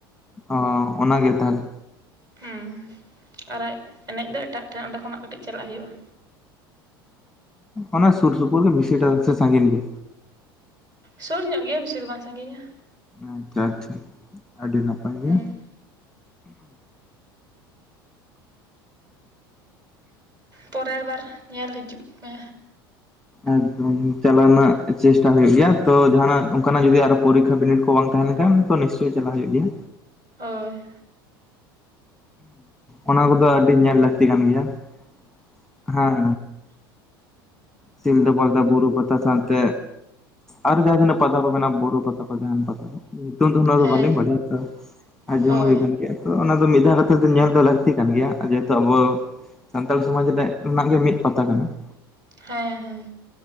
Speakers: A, in the centre; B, on the right.
A: ᱚ ᱚᱱᱟᱜᱮ ᱛᱟᱦᱚᱞᱮ
B: ᱦᱮᱸ ᱟᱨ ᱮᱱᱮᱡ ᱫᱚ ᱮᱴᱟᱜ ᱴᱮᱱ ᱚᱱᱰᱮ ᱠᱷᱚᱱᱟᱜ ᱠᱟᱹᱴᱤᱡ ᱪᱟᱞᱟᱜ ᱦᱩᱭᱩᱜᱼᱟ
A: ᱚᱱᱟ ᱥᱩᱨ ᱥᱩᱯᱩᱨ ᱜᱮ ᱵᱮᱥᱤᱴᱟ ᱥᱮ ᱥᱟᱸᱜᱤᱧ ᱜᱮ
B: ᱥᱩᱨ ᱧᱚᱜ ᱜᱮᱭᱟ ᱵᱮᱥᱤ ᱫᱚ ᱵᱟᱝ ᱥᱟᱸᱜᱤᱧᱟ
A: ᱟᱪᱪᱷᱟ ᱟᱪᱪᱷᱟ ᱟᱹᱰᱤ ᱱᱟᱯᱟᱭ
B: ᱦᱩᱸ
A: ᱜᱮ
B: ᱯᱚᱨᱮᱨ ᱵᱟᱨ ᱧᱮᱞ ᱦᱤᱡᱩᱜ ᱢᱮ
A: ᱮᱠᱫᱚᱢ ᱪᱟᱞᱟᱜ ᱨᱮᱱᱟᱜ ᱪᱮᱥᱴᱟ ᱦᱩᱭᱩᱜ ᱜᱮᱭᱟ ᱛᱚ ᱡᱟᱦᱱᱟᱜ ᱚᱱᱠᱟᱱᱟᱜ ᱡᱩᱫᱤ ᱟᱨ ᱯᱚᱨᱤᱠ ᱵᱤᱱᱤᱰ ᱠᱚ ᱵᱟᱝ ᱛᱟᱦᱮᱸ ᱞᱮᱱᱠᱷᱟᱱ ᱛᱚ ᱱᱤᱥᱪᱚᱭ ᱪᱟᱞᱟᱜ ᱦᱩᱭᱩᱜ ᱜᱮᱭᱟ
B: ᱦᱚᱭ
A: ᱚᱱᱟ ᱠᱚᱫᱚ ᱟᱹᱰᱤ ᱧᱮᱞ ᱞᱟᱹᱠᱛᱤ ᱠᱟᱱ ᱜᱮᱭᱟ ᱾ ᱦᱮᱸ ᱥᱤᱫᱟ ᱵᱟᱞᱫᱟ ᱵᱩᱨᱩ ᱯᱟᱛᱟ ᱥᱟᱱᱛᱮ᱾ ᱟᱨᱮ ᱡᱟᱦᱟ ᱛᱤᱱᱟᱹᱜ ᱯᱟᱛᱟ ᱠᱚ ᱢᱮᱱᱟᱜᱼᱟ ᱵᱩᱨᱩ ᱯᱟᱛᱟ ᱠᱚ ᱡᱟᱦᱟᱱ ᱯᱟᱛᱟ ᱠᱚ? ᱱᱤᱛᱚᱝ ᱫᱚ ᱚᱱᱟ ᱫᱚ
B: ᱦᱮᱸ
A: ᱵᱟᱹᱞᱤᱝ ᱵᱟᱲᱟᱭᱟ ᱛᱚ ᱟᱡᱚᱢ
B: ᱦᱳᱭ
A: ᱦᱩᱭ ᱠᱟᱱ ᱜᱮᱭᱟ ᱛᱚ ᱚᱱᱟ ᱛᱚ ᱢᱤᱫ ᱫᱷᱟᱣ ᱠᱟᱛᱮᱫᱚ ᱧᱮᱞ ᱫᱚ ᱞᱟᱹᱠᱛᱤ ᱠᱟᱱ ᱜᱮᱭᱟ ᱡᱮᱦᱮᱛᱩ ᱟᱵᱚ ᱥᱟᱱᱛᱟᱲ ᱥᱚᱢᱟᱡᱽ ᱨᱮᱭᱟᱜ ᱨᱮᱱᱟᱜ ᱜᱮ ᱢᱤᱫ ᱯᱟᱛᱟ ᱠᱟᱱᱟ ᱾
B: ᱦᱮᱸ ᱦᱮᱸ